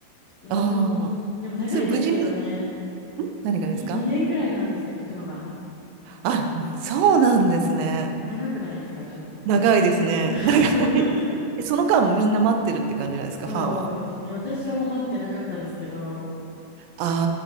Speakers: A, on the left (about 50°); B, on the right (about 85°).
A: うーん、
B: ああ。
A: でも長いですけどね。
B: それ無事に、何がですか
A: に、2年ぐらいなんですよ、行くのが。
B: あ、そうなんですね。
A: 長くないですか、ちょっと。
B: 長いですね。
A: <laughs>
B: <laughs> 長い。えその間みんな待ってるって感じなんですか、
A: そうですね。
B: ファンは。
A: 私はもう待ってなかったですけど、
B: あ